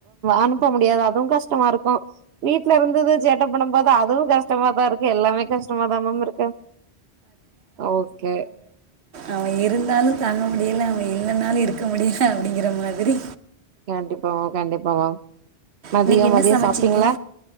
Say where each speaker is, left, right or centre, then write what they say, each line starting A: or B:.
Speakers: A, on the right; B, on the right.
A: அனுப்ப முடியாது அதுவு கஷ்டமாருக்கு வீட்லருந்தது சேட்ட பண்ணு போது அதுவு கஷ்டமா தா இருக் கு எல்லாமே கஷ்டமா தா மேம் இருக்கு ஓகே
B: அவ இருந்தாலு தாங்க முடியல அவ இல்லன்னாலு இருக்க முடில அப்டிங்குற மாதிரி
A: கண்டிப்பா மேம் கண்டிப்பா மேம் மதியோ
B: இன்னக்கி என்ன
A: மதியோ
B: சமச்சிங்க
A: சாப்ட்டீங்களா